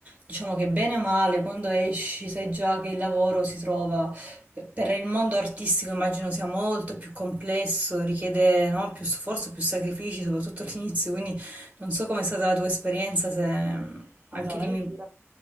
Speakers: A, on the right; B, on the right.
A: diciamo che bene o male, quando esci sai già che il lavoro si trova. Pe- Per il mondo artistico immagino sia molto più complesso, richiede, no, più sforzo, più sacrifici, soprattutto all'inizio, quindi non so com'è stata la tua esperienza, se mm, anche
B: Allora,
A: lì mi...
B: io ti, rac-